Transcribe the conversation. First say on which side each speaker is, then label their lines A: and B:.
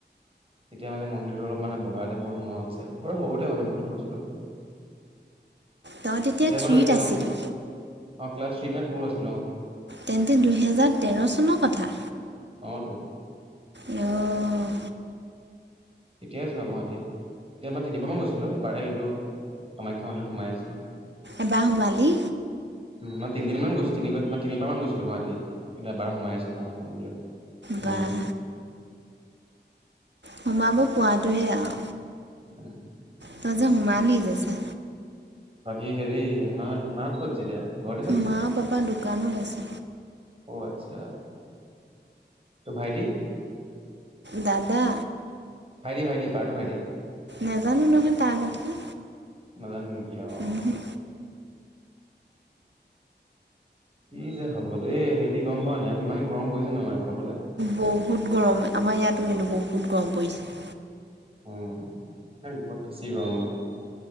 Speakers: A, on the right; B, on the right.
A: তেতিয়া মন্দিৰটো অলপ মানে বগা টাইপৰ মনত আছে আৰু স সৰুতে মানে বহুত সৰু আছিলো।
B: তই তেতিয়া
A: এতিয়া
B: থ্ৰীত
A: বাৰু এতিয়া
B: আছিলি।
A: গম পালো অ ক্লাছ থ্ৰী নে টু আছিলো অঁ
B: তেন্তে দুহেজাৰ তেৰ চনৰ কথা
A: অ টো
B: অ'
A: এতিয়াই যোৱা গুৱাহাটী এতিয়া মই তিনিবামান গৈছিলো এবাৰে কিন্তু কামাখ্যা মন্দিৰত সোমাই আহিছিলো
B: এবাৰ সোমালি
A: উম মই তিনদিন মান গৈছো তিনিবাৰ মান গৈছিলো গুৱাহাটী কিন্তু এবাৰ সোমাই আহিছোঁ কামাখ্যা মন্দিৰত তেনেকেই
B: বা সোমাব পৱাটোৱেই আও
A: উম
B: ত যে সোমালি যে ছা
A: বাকী হেৰি মা মা কত আছে এতিয়া ঘৰত আছে নে
B: মা পাপা দোকানত আছে
A: অ আচ্ছা ত' ভাইটি
B: দাদা
A: ভাইটি ভাইটি পাৰ্থ ভাইটি
B: নাজানো নহয় তাৰ কথা
A: নাজানে নেকি অ
B: উহু
A: ই যে হ'ব দেই হেৰি গম পা নাই ইত ইমানে গৰম পৰিছে নহয় মানে ঘত
B: বহুত গৰম আমাৰ ইয়াতো হেনো বহুত গৰম পৰিছে
A: উম বত চেব আও ম